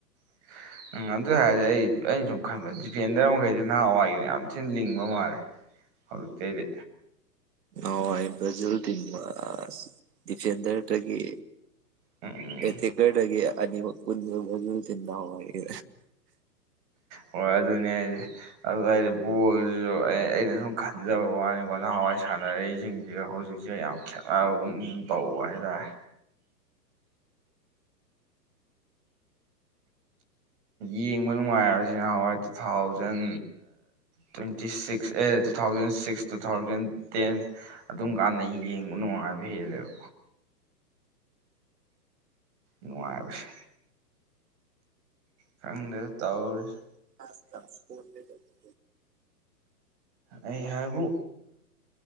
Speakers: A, on the right; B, on the right.
A: <unintelligible> ꯎꯪ ꯑꯗꯨꯏ ꯍꯥꯏꯔꯗꯤ ꯑꯩ ꯑꯩꯅ ꯁꯨꯝ ꯈꯟꯕ ꯗꯤꯐꯦꯟꯗꯔ ꯃꯈꯩꯁꯦ ꯅꯍꯥꯟꯋꯥꯏꯒꯤꯅ ꯌꯥꯝ ꯊꯤꯅ ꯂꯤꯡꯕ ꯃꯥꯜꯂꯦ ꯍꯧꯖꯤꯛꯇꯩꯗꯤ
B: ꯍ‌ꯣꯏ ꯕ꯭ꯔꯖꯤ ꯇꯤꯝꯗ‌ꯣ ꯗꯤꯐꯦꯟꯗꯔꯒꯤ
A: ꯎꯝ
B: ꯑ‌ꯦꯇ‌ꯦꯛꯀꯔꯗꯒꯤ ꯑꯅꯤ ꯃꯛ ꯄꯨꯟꯕ ꯃꯅꯨꯡꯗ ꯅꯥꯎꯔ‌ꯦ
A: ꯍꯣꯏ ꯑꯗꯨꯅꯦ ꯍꯥꯏꯖ ꯑꯗꯨ ꯂꯥꯏꯔꯤ ꯕꯣꯜꯁꯨ ꯑꯩꯅ ꯁꯨꯝ ꯈꯟꯖꯕ ꯋꯥꯅꯤꯀꯣ ꯅꯍꯥꯟꯋꯥꯏ ꯁꯥꯟꯅꯔꯛꯏꯁꯤꯡꯁꯤꯒ ꯍꯧꯖꯤꯛꯁꯦ ꯌꯥꯝ ꯈꯦꯠꯅꯕꯒꯨꯝ ꯇꯧꯕ ꯍꯥꯏꯇꯥꯔꯦ ꯌꯦꯡꯕ ꯅꯨꯡꯉꯥꯏꯕꯁꯤ ꯅꯍꯥꯟꯋꯥꯏ ꯇꯨ ꯊꯥꯎꯖꯟ ꯇ꯭ꯋꯦꯟꯇꯤ ꯁꯤꯛꯁ ꯑꯦ two thousand six two thousand ten ꯑꯗꯨꯝ ꯀꯥꯟꯗ ꯌꯦꯡꯕ ꯅꯨꯡꯉꯥꯏꯕ ꯍꯦꯜꯂꯦꯕ ꯅꯨꯡꯉꯥꯏꯕꯁꯦ ꯈꯪꯗꯦ ꯇꯥꯎꯔꯤꯁ
B: <inaudible>
A: ꯑꯩ ꯍꯥꯏꯕꯨ